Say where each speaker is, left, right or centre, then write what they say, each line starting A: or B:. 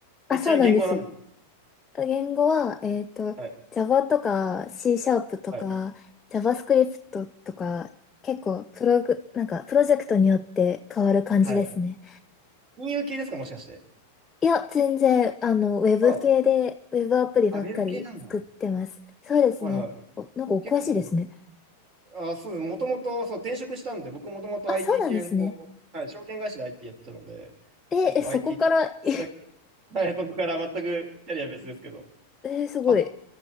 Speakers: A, on the right; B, on the left.
A: え、
B: あ、
A: ちなみに言語は何です
B: そうなんですよ。言語は、えっと、
A: かはい
B: Java とか C シャープとか
A: はい。
B: JavaScript とか結構プログ、なんかプロジェクトによって変わる感じですね。
A: はい。金融系ですかもしかして。
B: いや、全然、あの、ウェブ系でウェブアプリばっかり作ってます。
A: あら、あ、ウェブ系なんだ。
B: そうですね。
A: はいはい。
B: お、なんかお詳しいですね。
A: 結構、あ、そうです。もともと、そう、転職したんで、僕もともと
B: あ、
A: IT
B: そうなんですね。
A: 系の、はい、証券会社で IT やってたので、
B: え、
A: そう、
B: え、そこから、
A: IT、こっちだけはい、
B: え、
A: そこから全くキャリア別ですけど。
B: <laughs> えすごい。
A: あ、